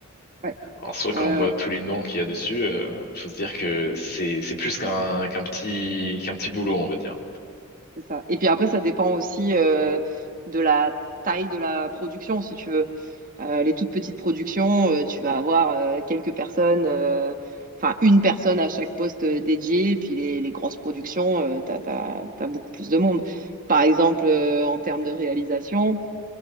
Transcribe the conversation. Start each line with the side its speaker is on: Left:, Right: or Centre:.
Right: Ouais.
Left: En soi, quand
Right: Euh,
Left: on voit tous les noms qu'il y a dessus, euh, faut se dire que c'est, c'est plus qu'un, qu'un petit, qu'un petit boulot, on va dire.
Right: C'est ça. Et puis après, ça dépend aussi euh, de la taille de la production, si tu veux. Euh, les toutes petites productions, euh, tu vas avoir euh, quelques personnes, euh, enfin une personne à chaque poste euh, dédié, Et puis les, les grosses productions, euh, t'as, t'as, t'as beaucoup plus de monde. Par exemple, euh, en termes de réalisation,